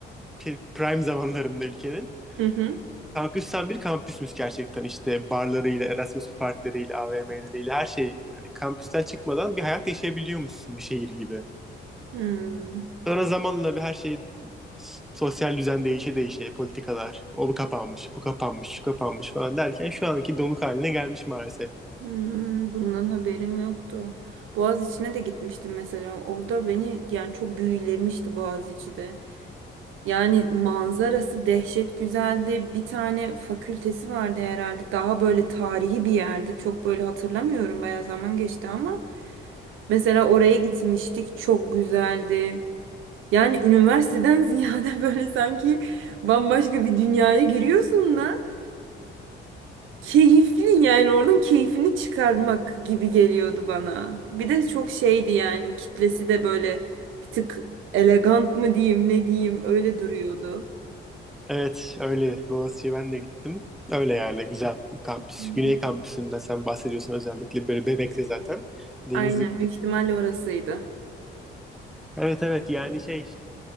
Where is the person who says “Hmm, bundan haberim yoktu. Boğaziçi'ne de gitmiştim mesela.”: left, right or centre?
Right